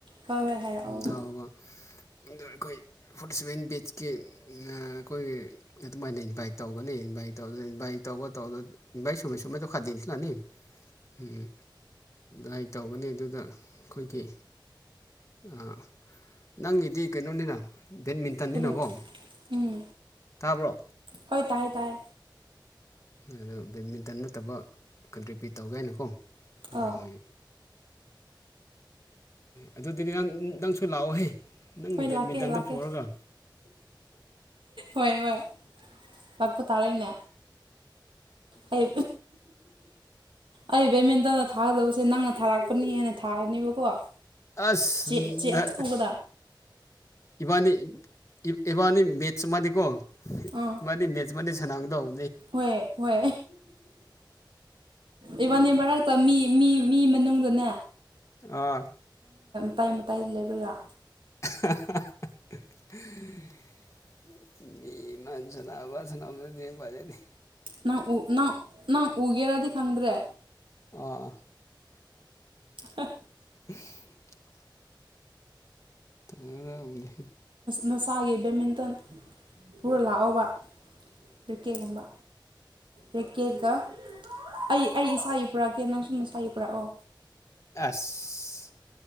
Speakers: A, on the right (about 85°); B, on the left (about 35°).
A: ꯍꯣꯏ ꯍꯣꯏ ꯍꯥꯏꯔꯛꯑꯣ
B: ꯗꯥꯕ ꯑꯗ ꯑꯩꯈꯣꯏ ꯐꯣꯔꯇꯤ ꯁꯚꯦꯟ ꯕꯤꯁꯀꯤ ꯑꯩꯈꯣꯏꯒꯤ ꯑꯗꯨꯃꯥꯏꯅ ꯏꯟꯚꯥꯏꯠ ꯇꯧꯒꯅꯤ ꯑ ꯕꯥꯏ ꯇꯧꯗ ꯕꯥꯏ ꯇꯧꯥꯎꯕ ꯇꯧꯗ ꯏ ꯁꯃꯩ ꯁꯃꯥꯏ ꯇ ꯈꯥꯅꯤꯣ ꯂꯅꯤ ꯎꯝ ꯂꯥꯏꯛ ꯇꯧꯕꯅꯤ ꯑꯗꯨꯗ ꯑꯩꯈꯣꯏꯒꯤ ꯑ ꯅꯪꯒꯤꯗꯤ ꯀꯩꯅꯣꯅꯤꯅ ꯕꯦꯠꯃꯤꯟꯇꯟꯅꯤꯅꯀꯣ
A: ꯀꯔꯤ ꯎꯝ
B: ꯇꯥꯕ꯭ꯔꯣ
A: ꯍꯣꯏ ꯇꯥꯏ ꯇꯥꯏ
B: ꯑꯗꯣ ꯕꯦꯗꯃꯤꯟꯇꯟ ꯅꯠꯇꯕ ꯀꯟꯇ꯭ꯔꯤꯕ꯭ꯌꯨꯠ ꯇꯧꯒꯦ ꯍꯥꯏꯅꯀꯣ
A: ꯑꯥ
B: ꯌꯥꯎ ꯑꯣꯏ ꯑꯗꯨꯗꯤ ꯅꯪ ꯅꯪꯁꯨ ꯂꯥꯛꯑꯣꯍꯦ ꯅꯪꯒꯤ
A: ꯍꯣꯏ
B: ꯕꯦꯠꯃꯤꯟꯇꯟꯗꯣ
A: ꯂꯥꯛꯀꯦ ꯂꯥꯛꯀꯦ
B: ꯄꯨꯔꯒ
A: ꯍꯣꯏ ꯍꯣꯏ ꯂꯥꯛꯄ ꯇꯥꯔꯦꯅꯦ ꯑꯩ ꯑꯩ ꯕꯦꯠꯃꯤꯟꯇꯟꯗ ꯊꯥꯒꯗꯕꯁꯦ ꯅꯪꯅ ꯊꯥꯔꯛꯄꯅꯤ ꯍꯦꯅ ꯊꯥꯔꯅꯦꯕꯀꯣ
B: ꯑꯁ
A: ꯆꯦ ꯆꯦ
B: ꯅ
A: ꯑꯆꯧꯕꯗ
B: ꯏꯕꯥꯅꯤ ꯏꯕꯥꯅꯤ ꯃꯦꯠꯁ ꯃꯥꯗꯤꯀꯣ
A: ꯑꯥ
B: ꯏꯕꯥꯅꯤ ꯃꯦꯠꯁ ꯃꯥꯗꯤ ꯁꯅꯥꯥꯡꯗꯕ
A: ꯍꯣꯏ ꯍꯣꯏ ꯏꯕꯥꯅꯤ ꯃꯔꯛꯇꯝꯃꯤ ꯃꯤ ꯃꯤ ꯃꯅꯨꯡꯗꯗꯨꯅꯦ
B: ꯑꯥ
A: ꯃꯇꯥꯏ ꯃꯇꯥꯏꯗ ꯂꯩꯕꯒ
B: <unintelligible> ꯃꯤꯕꯤꯃꯁꯅ ꯑꯕ ꯁꯅꯎꯗꯗꯤ ꯐꯔꯦꯅꯤ
A: ꯅꯪ ꯅꯪ ꯅꯪ ꯎꯒꯦꯔꯗꯤ ꯈꯪꯗ꯭ꯔꯦ
B: ꯑ
A: ꯑ
B: <unintelligible> ꯑꯎꯅꯦ
A: ꯅꯁꯥꯒꯤ ꯕꯦꯠꯃꯤꯟꯇꯟ ꯄꯨꯔ ꯂꯥꯛꯑꯣꯕ ꯄ꯭ꯔꯤꯀꯦꯒꯨꯝꯕ ꯔꯦꯀꯦꯗ ꯑꯩ ꯑꯩ ꯏꯁꯥꯒꯤ ꯄꯨꯔꯛꯀꯦ ꯅꯪ ꯁꯨꯝꯅ ꯏꯁꯥꯒꯤ ꯄꯨꯔꯛꯑꯣ
B: ꯑꯁ